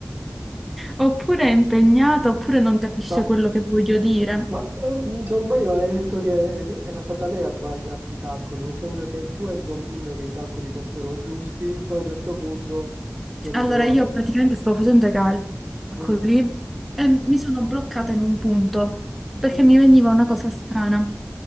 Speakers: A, in the centre; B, on the right (about 40°).
A: oppure è impegnata, oppure non capisce
B: Ma,
A: quello che voglio dire.
B: ma eh, se non sbaglio mi avevi detto che era stata lei a sbagliarti i calcoli, nel senso che tu eri convinta che i calcoli fossero giusti, poi a un certo punto ti sei ritrovato.
A: Allora, io praticamente stavo facendo i calcoli
B: Mm,
A: e mi sono bloccata in un punto
B: ho
A: perché
B: capito.
A: mi veniva una cosa strana.